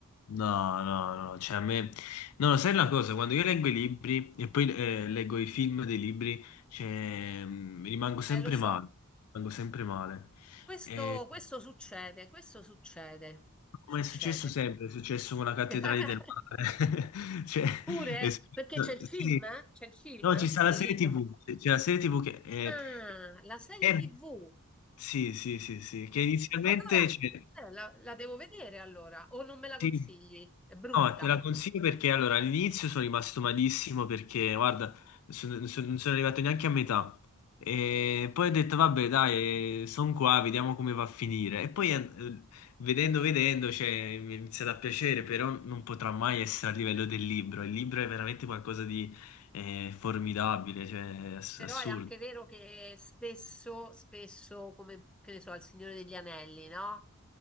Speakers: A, on the left; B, in the centre.
A: No, no, no, cioè a me... No, sai una cosa, quando io leggo i libri e poi eh, leggo i film dei libri, cioè, mm, rimango sempre
B: Eh, lo so.
A: male, rimango sempre male.
B: Questo,
A: Ehm,
B: questo succede, questo succede, succede.
A: Ma è successo sempre, è successo con la cattedrale
B: <laughs>
A: del mare. <laughs> Cioè,
B: Pure?
A: è
B: eh,
A: successo-
B: Perché c'è il film?
A: sì.
B: eh? C'è il film
A: No, ci sta
B: del
A: la serie
B: libro?
A: TV, c'è la serie TV che è,
B: Ah, la serie
A: è-
B: TV.
A: sì, sì, sì, sì, che inizialmente
B: Allora,
A: c'è-
B: eh, la, la devo vedere allora, o non me la
A: sì.
B: consigli, è brutta.
A: No, te la consiglio perché allora all'inizio sono rimasto malissimo perché guarda, son- son- non sono arrivato neanche a metà. E poi ho detto vabbè, dai, sono qua, vediamo come va a finire. E poi eh, vedendo, vedendo, cioè, mi è iniziato a piacere, però non potrà mai essere a livello del libro. Il libro è veramente qualcosa di eh, formidabile, cioè ass-
B: Però
A: assurdo.
B: è anche vero che spesso, spesso, come che ne so, al Signore degli Anelli, no?